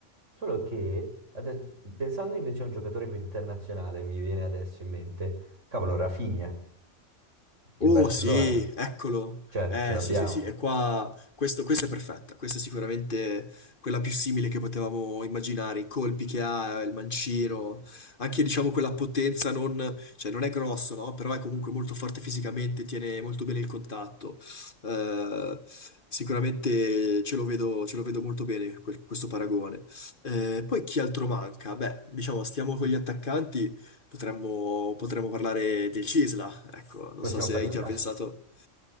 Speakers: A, on the right (about 75°); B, on the left (about 45°).
A: solo che adesso- pensando invece a un giocatore più internazionale, mi viene adesso in mente, cavolo, Rafinha, il
B: Oh
A: Barcellona,
B: sì, eccolo.
A: cioè
B: Eh
A: ce l'abbiamo.
B: sì sì sì, e qua questo- questa è perfetta, questa è sicuramente quella più simile che potevamo immaginare, i colpi che ha, il mancino, anche diciamo quella potenza non, cioè non è grosso, no? Però è comunque molto forte fisicamente, tiene molto bene il contatto. Eh, sicuramente ce lo vedo, ce lo vedo molto bene quel- questo paragone. Eh, poi chi altro manca? Beh, diciamo stiamo con gli attaccanti, potremmo, potremmo parlare del Cisla. Ecco, non
A: Possiamo
B: so se
A: Eh, parlare
B: hai già pensato.